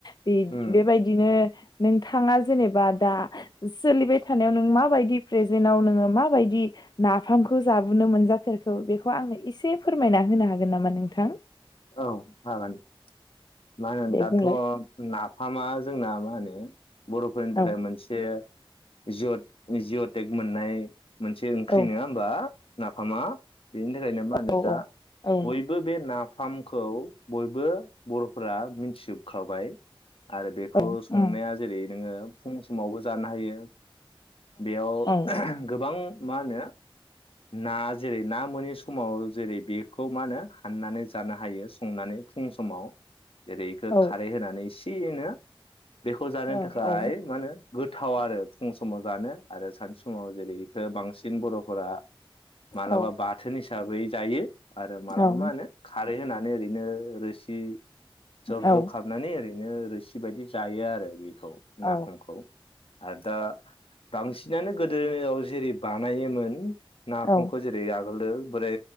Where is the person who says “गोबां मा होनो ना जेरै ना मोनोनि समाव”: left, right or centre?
Left